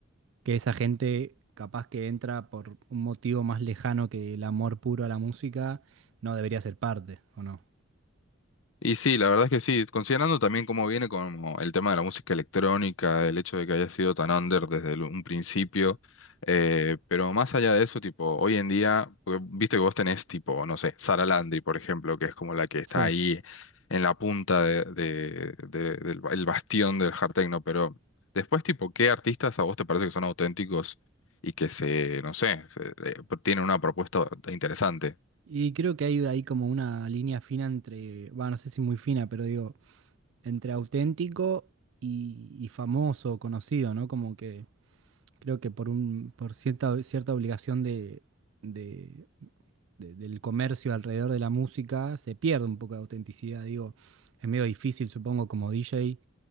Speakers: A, on the right; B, on the left.
A: que esa gente capaz que entra por un motivo más lejano que el amor puro a la música, no debería ser parte, ¿o no?
B: Y sí, la verdad es que sí, considerando también cómo viene como el tema de la música electrónica, el hecho de que haya sido tan under desde el- un principio, eh, pero más allá de eso, tipo, hoy en día, porque viste que vos tenés tipo, no sé, Sara Landry, por ejemplo, que es como la que está
A: Sí.
B: ahí en la punta de, de- de- del ba- el bastión del hard techno, pero después, tipo, ¿qué artistas a vos te parece que son auténticos y que se, no sé, se- eh, tienen una propuesta interesante?
A: Y creo que hay ahí como una línea fina entre, va, no sé si muy fina, pero digo entre auténtico y, y famoso, conocido, ¿no? Como que creo que por un, por cierta, cierta obligación de, de- de- del comercio alrededor de la música, se pierde un poco de autenticidad. Digo, es medio difícil, supongo, como DJ,